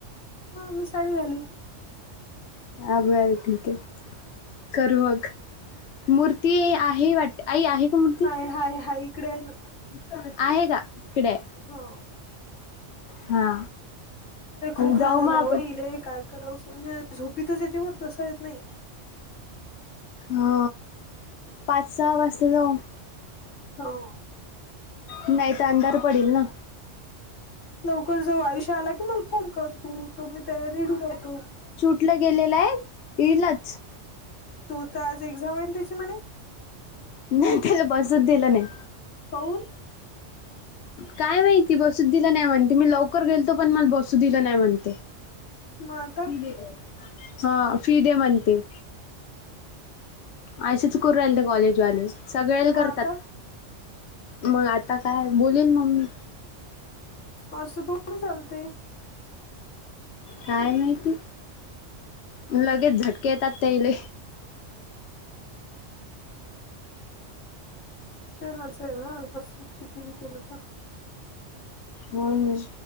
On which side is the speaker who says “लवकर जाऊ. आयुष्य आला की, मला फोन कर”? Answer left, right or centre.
Left